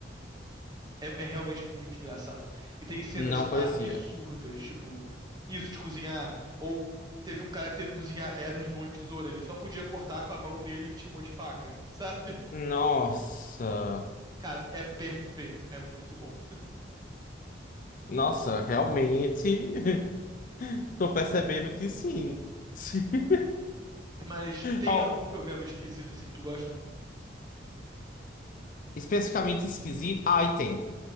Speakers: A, on the right; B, on the left.
A: É, é realmente muito engraçado. E tem cenas
B: Não
A: absurdas,
B: conhecia.
A: tipo, isso de cozinhar. Ou teve um cara que teve que cozinhar Edward mão de tesoura. Ele só podia cortar com a mão dele que tinha um monte de faca, <laughs> sabe?
B: Nossa,
A: Cara, é perfeito. É muito bom.
B: nossa, realmente <laughs> tô percebendo que sim. <laughs>
A: Mas tem
B: Ó,
A: algum programa esquisito, assim, que tu gosta?
B: especificamente esquisito. Ah, e tem.